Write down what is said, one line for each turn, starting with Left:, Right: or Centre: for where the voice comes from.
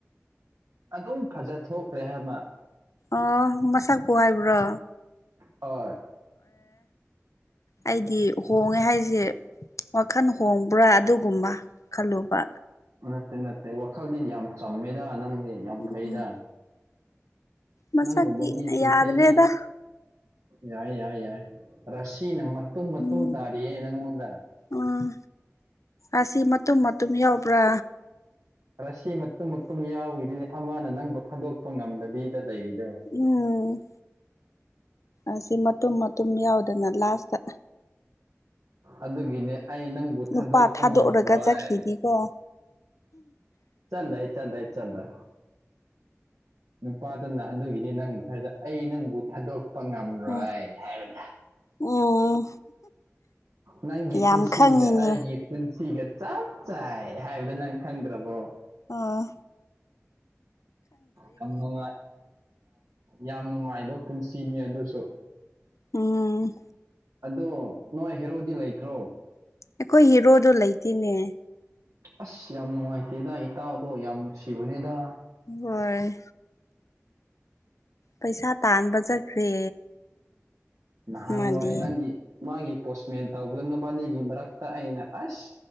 Right: ꯑꯗꯨꯝ ꯐꯖꯊꯈ꯭ꯔꯦ ꯍꯥꯏꯕ
Left: ꯑꯣ ꯃꯁꯛꯄꯨ ꯍꯥꯏꯕ꯭ꯔꯣ
Right: ꯍ
Left: ꯑꯩꯗꯤ ꯍꯣꯡꯉꯦ ꯍꯥꯏꯁꯦ ꯋꯥꯈꯜ ꯍꯣꯡꯕ꯭ꯔꯥ ꯑꯗꯨꯒꯨꯝꯕ ꯈꯜꯂꯨꯕ
Right: ꯅꯠꯇꯦ ꯅꯠꯇꯦ ꯋꯥꯈꯜꯗꯤ ꯌꯥꯝ ꯆꯝꯃꯦꯗ ꯅꯪꯗꯤ ꯌꯥꯝ ꯐꯩꯗ
Left: ꯎꯝ ꯃꯁꯛꯇꯤ
Right: ꯅꯪ ꯃ ꯃꯃꯤ ꯀ꯭ꯔꯤꯁꯤꯕꯤ
Left: ꯌꯥꯗ꯭ꯔꯦꯗ
Right: ꯌꯥꯏ ꯌꯥꯏ ꯌꯥꯏ ꯔꯁꯤꯅ ꯃꯇꯨꯝ ꯃꯇꯨꯝ
Left: ꯎꯝ
Right: ꯇꯥꯔꯤꯌꯦꯦ ꯅꯪꯉꯣꯟꯗ
Left: ꯎꯝ ꯑꯁꯤ ꯃꯇꯨꯝ ꯃꯇꯨꯝ ꯌꯥꯎꯕ꯭ꯔꯥ
Right: ꯔꯁꯤ ꯃꯇꯨꯝ ꯃꯇꯨꯝ ꯌꯥꯎꯏꯗꯨꯅꯤ ꯑꯃꯅ ꯅꯪꯕꯨ ꯊꯥꯗꯣꯛꯄ ꯉꯝꯗꯕꯤꯗ ꯂꯩꯔꯤꯗꯣ
Left: ꯎꯝ ꯑꯁꯤ ꯃꯇꯨꯝ ꯃꯇꯨꯝ ꯌꯥꯎꯗꯅ ꯂꯥꯁꯇ
Right: ꯑꯗꯨꯒꯤꯅꯤ ꯑꯩ ꯅꯪꯕꯨ
Left: ꯅꯨꯄꯥ
Right: ꯊꯥꯗꯣꯛꯄ
Left: ꯊꯥꯗꯣꯛꯔꯒ
Right: ꯉꯝꯃꯣꯏ
Left: ꯆꯠꯈꯤꯅꯤꯀꯣ
Right: ꯆꯂ ꯆꯂ ꯆꯗ ꯅꯨꯄꯥꯇꯅ ꯑꯗꯨꯒꯤꯅꯤ ꯅꯪ ꯃꯈ ꯈꯔꯗ ꯑꯩ ꯅꯪꯕꯨ ꯊꯥꯗꯣꯛ ꯆꯄ ꯉꯝꯔꯣꯏ
Left: ꯎꯝ
Right: ꯍꯥꯏꯕꯗ
Left: ꯎꯝ
Right: ꯅꯪꯒꯤ
Left: ꯌꯥꯝ
Right: ꯄꯨꯟꯁꯤꯒ
Left: ꯈꯪꯉꯤꯅꯦ
Right: ꯑꯩꯒꯤ ꯄꯨꯟꯁꯤꯒ ꯆꯞ ꯆꯥꯏ ꯍꯥꯏꯕꯗꯨꯣ ꯅꯪ ꯈꯪꯗ꯭ꯔꯕꯣ
Left: ꯑꯥ
Right: ꯀꯣꯡꯉ ꯌꯥꯝ ꯅꯨꯡꯉꯥꯏꯕ ꯄꯨꯟꯁꯤꯅꯤ ꯑꯗꯨꯁꯨ
Left: ꯎꯝ
Right: ꯑꯗꯣ ꯅꯣꯏ ꯍꯦꯔꯣꯗꯤ ꯂꯩꯇ꯭ꯔꯣ
Left: ꯑꯩꯈꯣꯏ ꯍꯤꯔꯣꯗꯣ ꯂꯩꯇꯅꯦ
Right: ꯑꯁ ꯌꯥꯝ ꯅꯨꯡꯉꯥꯏꯇꯦꯗ ꯏꯇꯥꯎꯗꯣ ꯌꯥꯝ ꯅꯨꯡꯁꯤꯕꯅꯦꯗ
Left: ꯍꯣꯏ ꯄꯩꯁꯥ ꯇꯥꯟꯕ ꯆꯠꯈ꯭ꯔꯦ
Right: ꯅꯍꯥꯟꯋꯥꯏ
Left: ꯃꯥꯗꯤ
Right: ꯅꯪꯗꯤ ꯃꯥꯒꯤ ꯄꯣꯁꯃꯦꯟ ꯇꯧꯗ ꯅꯨꯕꯥꯅꯤꯒꯤ ꯃꯔꯛꯇ ꯑꯩꯅ ꯑꯁ